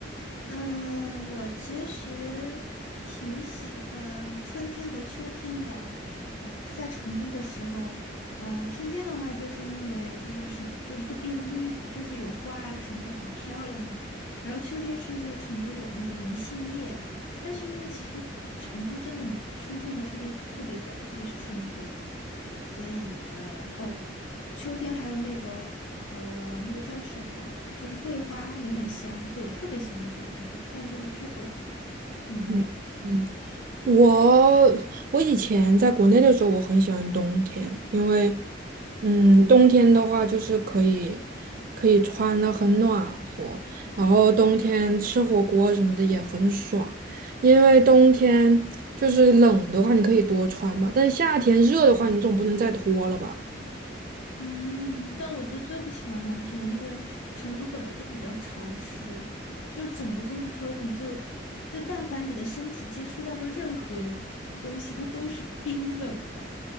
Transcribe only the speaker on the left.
嗯，我其实挺喜欢春天和秋天的。呃，在成都的时候，呃，春天的话，就是因为就是什么，就是都变绿，就是有花呀、什么的，很漂亮嘛。然后秋天是因为成都有那个银杏叶，但是因为其实成都真的春天和秋天特别短，特别是春天，所以呃，哦。秋天还有那个呃，那个叫什么，就是桂花也很香，所以我特别喜欢秋天，但就是太短了。你呢？
嗯，但我就最不喜欢冬天了，因为成都本来就比较潮湿，就整个就是说，你就就但凡你的身体接触到的任何东西，它都是冰冷的。